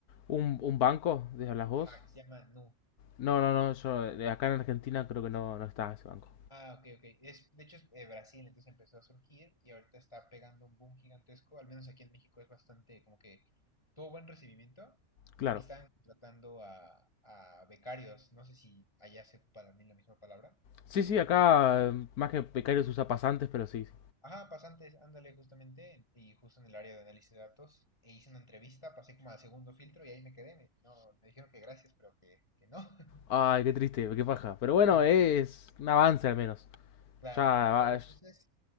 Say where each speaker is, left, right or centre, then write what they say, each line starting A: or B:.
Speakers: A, on the left (about 90°); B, on the left (about 20°).
A: ¿Un, un banco? ¿De las vos?
B: Ajá, que se llama Nu.
A: No, no, no, yo eh, acá en Argentina creo que no, no está ese banco.
B: Ah, ok, ok. Es, de hecho, es eh, Brasil, entonces empezó a surgir y ahorita está pegando un boom gigantesco. Al menos aquí en México es bastante, como que tuvo buen recibimiento
A: Claro.
B: y están contratando a, a becarios. No sé si allá se ocupa también la misma palabra.
A: Sí, sí,
B: Son
A: acá
B: como...
A: eh, más que becarios
B: Ok, ok.
A: usa pasantes, pero sí, sí.
B: Ajá, pasantes, ándale, justamente. Y justo en el área de análisis de datos, e hice una entrevista, pasé como al segundo filtro y ahí me quedé. Me- no, me dijeron que gracias, pero que, que no. <laughs>
A: Ay, qué triste, qué paja. Pero bueno,
B: Sí,
A: es
B: sí.
A: un avance al menos.
B: Claro,
A: Ya, va-
B: claro, pero entonces